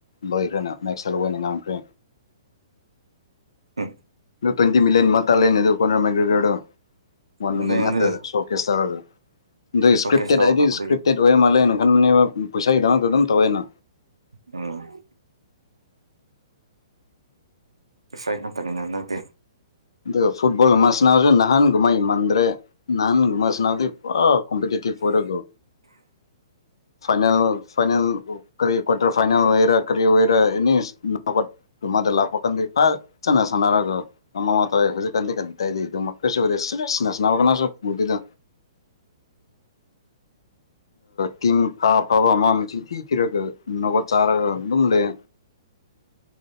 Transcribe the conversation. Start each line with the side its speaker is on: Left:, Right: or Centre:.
Left: ꯂꯣꯏꯈ꯭ꯔꯅ ꯃꯦꯛꯁꯦꯜ ꯑꯣꯏꯅ ꯉꯝꯈ꯭ꯔꯦ꯫
Right: ꯎꯝ
Left: ꯇ꯭ꯋꯦꯟꯇꯤ ꯃꯤꯂꯌꯟ ꯃꯇꯥ ꯑꯗꯨꯔ ꯃꯒ꯭ꯔꯒꯔꯣ ꯋꯥꯟ
Right: ꯑꯗꯨꯗꯩꯗꯤ
Left: ꯃꯤꯅꯤꯠ ꯅꯠꯇ <unintelligible> ꯏꯁꯀ꯭ꯔꯤꯞꯇꯦꯠꯗꯤ
Right: ꯁꯣꯀꯦꯁ ꯇꯧꯔ ꯂꯥꯛꯄꯗꯒꯤ
Left: ꯏꯁꯀ꯭ꯔꯤꯇꯦꯠ ꯂꯣꯏꯔ ꯃꯥꯜꯂꯦꯅ ꯈꯟꯕꯅꯦꯕ ꯄꯩꯁꯥꯒꯤꯗꯃꯛꯇ ꯑꯗꯨꯝ ꯇꯧꯋꯦꯅ꯫
Right: ꯎꯝ ꯏꯁꯩ ꯈꯛꯇꯅꯤꯅ ꯅꯪꯇꯦ꯫
Left: ꯑꯗꯨꯒ ꯐꯨꯠꯕꯣꯜ ꯃꯁꯅꯁꯨ ꯅꯍꯥꯟꯒꯨꯝꯥꯏ ꯃꯥꯟꯗ꯭ꯔꯦ ꯅꯍꯥꯟꯒꯨꯕ ꯗꯤ ꯀꯝꯄꯇꯦꯇꯤꯞ ꯑꯣꯏꯔꯒꯣ ꯐꯥꯏꯅꯦꯜ ꯐꯥꯏꯅꯦꯜ ꯀꯔꯤ ꯀ꯭ꯋꯥꯇꯔ ꯐꯥꯏꯅꯦꯜ ꯑꯣꯏꯔꯒ ꯀꯔꯤ ꯑꯣꯏꯔ ꯑꯦꯅꯤ <unintelligible> ꯃꯗ ꯂꯥꯛꯄ ꯀꯥꯟꯗ ꯐꯖꯅ ꯁꯥꯟꯅꯔꯒ ꯃꯃ ꯃꯥ ꯇꯧꯍꯧꯖꯤꯛ ꯀꯥꯟꯗꯤꯒꯗꯥꯏꯗꯤ ꯑꯗꯨ ꯃꯈꯜꯁꯨ ꯅ ꯀꯅꯥꯁꯨꯗ ꯇꯤꯝ ꯐꯥ ꯐꯕ ꯑꯃ ꯑꯃ ꯆꯤꯊꯤ ꯊꯤꯔꯒ ꯅꯕꯣꯠ ꯆꯥꯔꯒ ꯑꯗꯨꯝ ꯂꯩ꯫